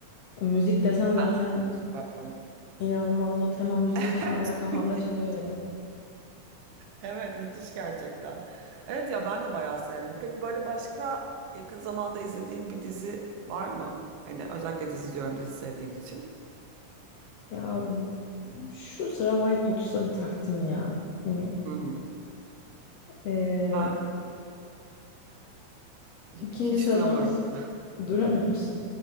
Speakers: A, on the left; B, on the right.
A: Müzik desen zaten
B: Aha, Süper tamam.
A: inanılmazdı. O tema müziği
B: <laughs>
A: falan hala kafamda çalıyor benim.
B: Evet müthiş gerçekten. Evet ya ben de bayağı sevdim. Peki böyle başka yakın zamanda izlediğin bir dizi var mı? Hani özellikle dizi diyorum dizi sevdiğin için.
A: Ya bu- şu sıra White Lotus'a bir taktım ya. Hani
B: Hmm.
A: e,
B: Ben hi-
A: ikinci
B: hiç
A: sezon
B: duramıyorum.
A: Duramıyor musun?